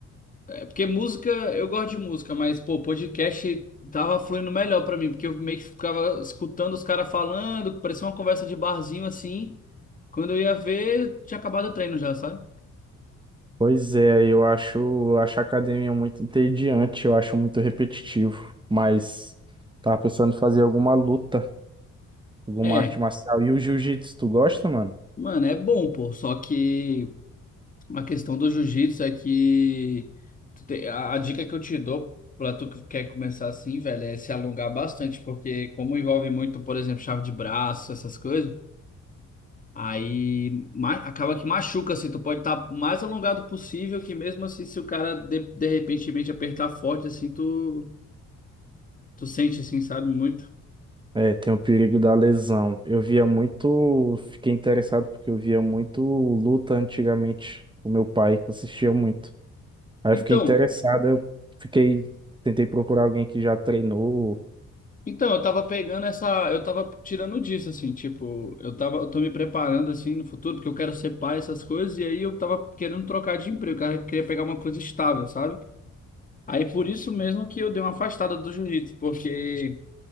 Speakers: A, on the left; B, on the right.
A: é, porque música, eu gosto de música, mas, pô, podcast tava fluindo melhor pra mim, porque eu meio que ficava escutando os caras falando, parecia uma conversa de barzinho, assim, quando eu ia ver, tinha acabado o treino já, sabe?
B: Pois é, eu acho, eu acho a academia muito entediante, eu acho muito repetitivo. Mas tava pensando em fazer alguma luta, alguma
A: É,
B: arte marcial. E o jiu-jitsu, tu gosta, mano?
A: mano, é bom, pô, só que A questão do jiu-jitsu é que tu te- a, a dica que eu te dou pra tu que quer começar assim, velho, é se alongar bastante, porque como envolve muito, por exemplo, chave de braço, essas coisas, aí ma- acaba que machuca, assim, tu pode estar mais alongado possível, que mesmo assim, se o cara de, de repentemente apertar forte, assim, tu, tu sente, assim, sabe, muito.
B: É, tem o perigo da lesão. Eu via muito, fiquei interessado porque eu via muito luta antigamente. O meu pai assistia muito. Aí
A: Então,
B: eu fiquei interessado, eu fiquei, tentei procurar alguém que já treinou.
A: Então, eu tava pegando essa, eu tava tirando disso assim, tipo, eu tava, eu tô me preparando assim no futuro, porque eu quero ser pai, essas coisas, e aí eu tava querendo trocar de emprego, cara, eu queria pegar uma coisa estável, sabe? Aí por isso mesmo que eu dei uma afastada do jiu-jitsu, porque